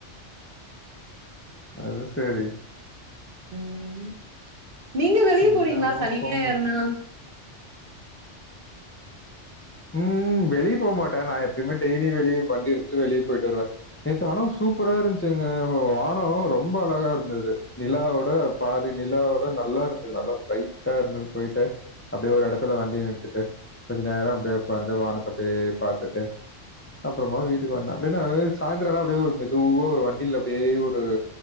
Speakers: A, on the left; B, on the right.
A: அது சேரி
B: ம் நீங்க வெளியே
A: என்னவோ
B: போறீங்களா சனி
A: போங்க.
B: ஞாயிருனா
A: ம் வெளியே போ மாட்டே நா எப்பயுமே டெய்லி வெளியே வண்டி எடுதுட்டு வெளியே போயிட்டு வருவே நேத்து ஆனா சூப்பரா இருன்ச்சுங்க வ்வானோ ரொம்ப அழகா இருந்தது நிலாவ்வட பாதி நிலாவோட நல்லா இருந்தத் நல்லா பிரைட்டா இருந்தத் போய்ட்டு அப்டியே ஒரு எடத்துல வண்டி நிறுத்திட்டு கொஞ்ச நேரோ அப்டியே உக்காந்து வானத்த அப்டியே பாத்துட்டு அப்புறமா வீட்டுக்கு வந்த அப்டினா அ சாய்ந்தரனா அப்டியே ஒரு மெதுவா ஒரு வண்டியில அப்டியே ஒரு